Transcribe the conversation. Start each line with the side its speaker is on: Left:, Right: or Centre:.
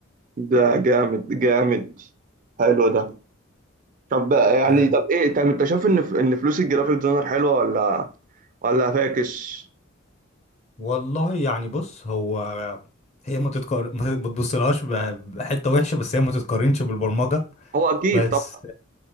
Right: ده جامد جامد حلو ده طب بقى يعني
Left: آه
Right: طب ايه طب انت شايف ان ف- ان فلوس الجرافيك ديزاينر حلوه ولا ولا فاكس
Left: والله يعني بص هو هي ما تتقار ما تبصلهاش بحتة وحشة بس هي ما تتقارنش بالبرمجة
Right: هو اكيد
Left: بس
Right: طبعا